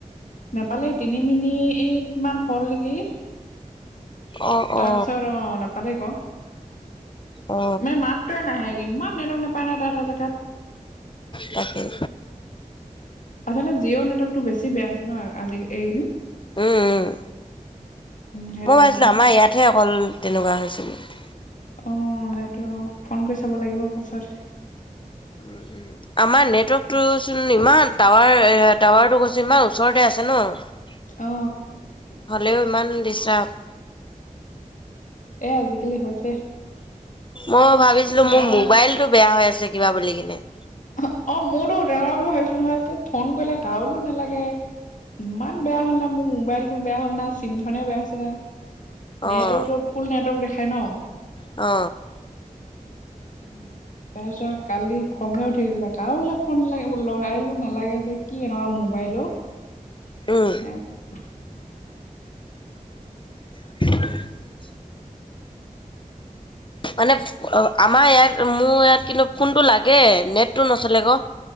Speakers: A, on the left; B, on the left.
A: নেপালেই। তিনি মিনিট মান হ'ল নেকি?
B: অ
A: তাৰপিছত,
B: অ
A: অঁ নাপালেই ক'।
B: অ
A: এনেই মাত- টোৱে নাহে। ইমান নেটৱৰ্ক নাপায় না তহঁতৰ জেগাত?
B: তাকেই।
A: আচলতে জিঅ' নেটৱৰ্কটো বেছি বেয়া হৈছে ন'? আজি, এইকদিন।
B: উম উম।
A: সেইটো
B: মই
A: কাৰণে
B: ভাবিছিলো
A: আকৌ
B: আমাৰ ইয়াতহে অকল তেনেকুৱা হৈছে <unintelligible>
A: অ সেইটো, ফোন কৰি চাব লাগিব পাছত।
B: <unintelligible> আমাৰ নেটৱৰ্কটোচোন ইমান টাৱাৰ টাৱাৰটো কৈছোন ইমান ওচৰতে আছে ন। <unintelligible>
A: অ।
B: হ'লেও ইমান ডিষ্টাৰ্ব।
A: এ আজিকালি হৈছে।
B: মই ভাবিছিলো
A: মানে
B: মোৰ
A: অকল
B: মোবাইলটো বেয়া হৈ আছে কিবা বুলি কিনে।
A: অ, মোৰতো তেনেকুৱা বুলি ভাবিছিলো নহয়। ফোন কৰিলে কাৰোলো নালাগে। ইমান বেয়া হ'ল না, মো মোবাইলটো বেয়া হ'ল না, চিম খনে বেয়া হৈছে না। নেটৱৰ্ক
B: অ',
A: ত' ফুল নেটৱৰ্ক দেখাই ন?
B: অ।
A: <inaudible> তাৰপিছত কালি খঙে উঠিছিলে। কাওলে ফোন লা লগাইলো নালাগে যে। কি এনেকুৱা মোবাইল অ।
B: উম।
A: <unintelligible>
B: <unintelligible> মানে আমাৰ ইয়াত মোৰ ইয়াত কিন্তু ফোনটো লাগে নেটটো নচলে ক।